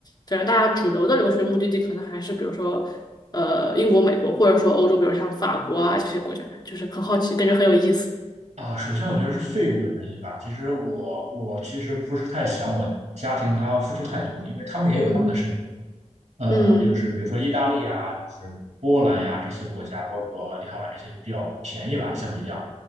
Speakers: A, on the left; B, on the right.
A: 感觉大家主流的留学目的地可能还是比如说，呃，英国、美国，或者说欧洲，比如像法国啊这些国家，就是很好奇，感觉很有意思。
B: 啊。首先我觉得是费用的原因吧。其实我我其实不是太想我家庭他付出太多，因为他们也有他们的生活。
A: 嗯
B: 呃，
A: 嗯
B: 就是比如说意大利啊，就是波兰呀、这些国家，包括立陶宛这些比较便宜吧，相比较。